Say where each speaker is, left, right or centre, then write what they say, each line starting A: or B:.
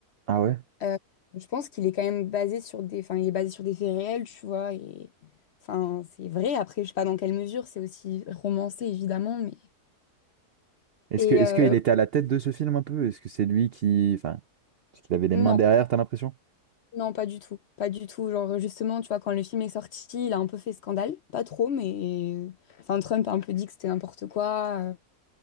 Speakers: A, on the right (about 60°); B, on the left (about 65°).
A: Ah ouais.
B: Euh, je pense qu'il est quand même basé sur des, enfin, il est basé sur des faits réels, tu vois. Et, enfin, c'est vrai. Après, je sais pas dans quelle mesure, c'est aussi romancé, évidemment. Mais...
A: Est-ce
B: Et
A: que, est-ce
B: euh,
A: qu'il était à la tête de ce film un peu? Est-ce que c'est lui qui... Enfin, est-ce qu'il avait les
B: non,
A: mains derrière, t'as l'impression?
B: Non, pas du tout. Pas du tout. Genre, justement, tu vois, quand le film est sorti, il a un peu fait scandale. Pas trop, mais. Enfin, Trump a un peu dit que c'était n'importe quoi. Euh,